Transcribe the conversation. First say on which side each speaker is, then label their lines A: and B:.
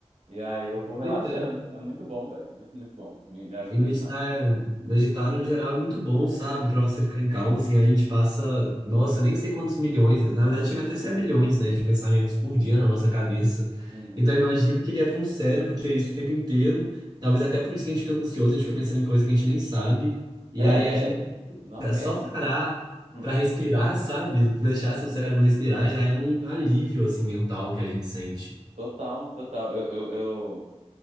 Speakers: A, on the right; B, on the right.
A: E aí eu vou
B: Pois
A: relaxando,
B: é.
A: é muito bom, velho, muito, muito bom, me, me ajuda
B: E meditar,
A: demais.
B: meditar no geral é muito bom, sabe? Pra você ficar em calma, assim, a gente passa, nossa, nem sei quantos milhões, na verdade chega até a ser a bilhões, né, de pensamentos por dia na nossa cabeça.
A: Uhum.
B: Então imagina o que é para um cérebro ter isso o tempo inteiro. Talvez até por isso que a gente fica ansioso, a gente fica pensando em coisa que a gente nem sabe. E
A: É,
B: aí
A: velho,
B: a gente
A: não,
B: É
A: é péssimo.
B: Só parar
A: Hum,
B: pra respirar, sabe? Deixar seu cérebro respirar já é um alívio, assim, mental que a gente sente.
A: Total, total. Eu, eu, eu